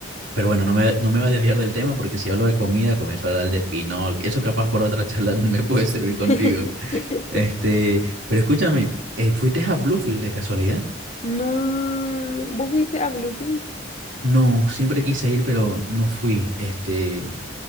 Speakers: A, on the right; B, on the left.
A: Pero bueno, no me, no me voy a desviar del tema porque si hablo de comida, comienzo a hablar de pinol. Eso capaz por otra charla <laughs> me puede servir contigo.
B: <laughs>
A: Este, pero escúchame, eh, ¿fuiste a Bluefield de casualidad?
B: No, ¿vos fuiste a Bluefields?
A: No, siempre quise ir, pero no fui. Este,